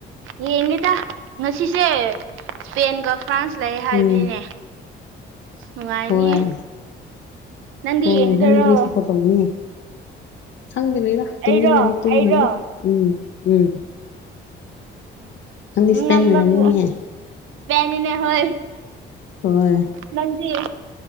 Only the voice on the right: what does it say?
ꯌꯦꯡꯉꯤꯗ ꯉꯁꯤꯁꯦ ꯏꯁꯄꯦꯟꯒ ꯐ꯭ꯔꯥꯟꯁ ꯂꯩ ꯍꯥꯏꯕꯅꯤꯅꯦ
ꯅꯨꯡꯉꯥꯏꯅꯤꯌꯦ
ꯅꯪꯗꯤ
ꯌꯦꯡꯒꯗꯔꯣ
ꯑꯩꯔꯣ
ꯑꯩꯔꯣ
ꯉꯟꯕꯕꯨ
ꯁꯄꯦꯟꯅꯤꯅꯦ ꯍꯣꯏ
ꯅꯪꯗꯤ